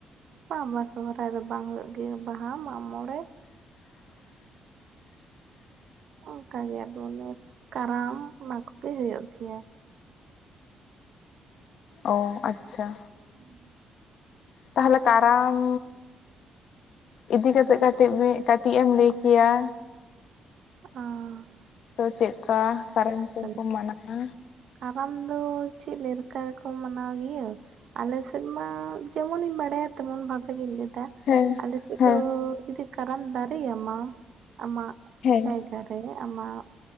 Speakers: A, on the right (about 65°); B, on the left (about 70°).
A: ᱵᱟᱝ ᱵᱟ ᱥᱚᱦᱚᱨᱟᱭ ᱫᱚ ᱵᱟᱝ ᱦᱩᱭᱩᱜ ᱜᱮᱭᱟ ᱵᱟᱦᱟ ᱢᱟᱜᱢᱚᱬᱮ
B: <inaudible>
A: ᱚᱱᱠᱟ ᱜᱮ ᱟᱫᱚ ᱚᱱᱮ ᱠᱟᱨᱟᱢ ᱚᱱᱟ ᱠᱚᱜᱮ ᱦᱩᱭᱩᱜ ᱜᱮᱭᱟ
B: ᱚ ᱟᱪᱪᱷᱟ
A: ᱦᱩᱸ
B: ᱛᱟᱦᱞᱮ ᱠᱟᱨᱟᱢ ᱤᱫᱤ ᱠᱟᱛᱮᱜ ᱠᱟᱹᱴᱤᱡ ᱠᱟᱹᱴᱤᱡ ᱮᱢ ᱞᱟᱹᱭ ᱠᱮᱭᱟ
A: ᱚ <unintelligible>
B: ᱛᱚ ᱪᱮᱫ ᱞᱮᱠᱟ ᱠᱟᱨᱟᱢ ᱠᱚᱠᱚ
A: ᱠᱟᱱᱟᱹᱧ
B: ᱢᱟᱱᱟᱣ-ᱟ
A: ᱠᱟᱨᱟᱢ ᱫᱚ ᱪᱮᱫ ᱞᱮᱠᱟ ᱨᱮᱠᱚ ᱢᱟᱱᱟᱣ ᱜᱮᱭᱟ ᱟᱞᱮ ᱥᱮᱫ ᱢᱟ ᱡᱮᱢᱚᱱᱤᱧ ᱵᱟᱲᱟᱭᱟ ᱛᱮᱢᱚᱱ ᱵᱷᱟᱵᱮ ᱜᱤᱧ ᱞᱟᱹᱭᱫᱟ
B: ᱦᱮᱸ
A: ᱟᱞᱮ ᱥᱮᱫ
B: ᱦᱮᱸ
A: ᱫᱚ ᱡᱩᱫᱤ ᱠᱟᱨᱟᱢ ᱫᱟᱨᱮᱭᱟᱢᱟ ᱟᱢᱟᱜ
B: ᱦᱮᱸ
A: ᱡᱟᱭᱜᱟ ᱨᱮ ᱟᱢᱟᱜ